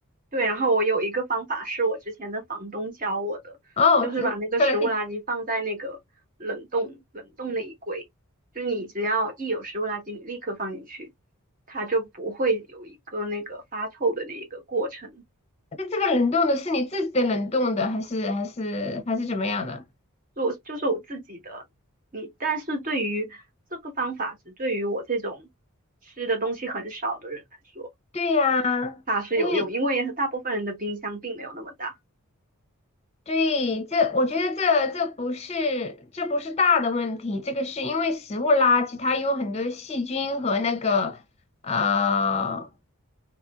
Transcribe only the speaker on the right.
对，然后我有一个方法是我之前的房东教我的，
就是把那个食物垃圾放在那个冷冻冷冻那一柜，
就是你只要一有食物垃圾，你立刻放进去，它就不会有一个那个发臭的那一个过程。
就我就是我自己的，你但是对于这个方法，只对于我这种吃的东西很少的人来说，
它是有用，
因为大部分人的冰箱并没有那么大。